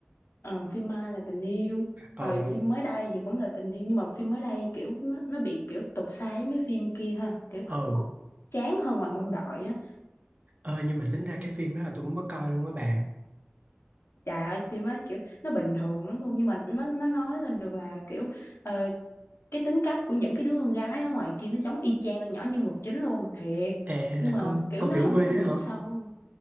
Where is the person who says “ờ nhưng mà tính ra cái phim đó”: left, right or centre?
Right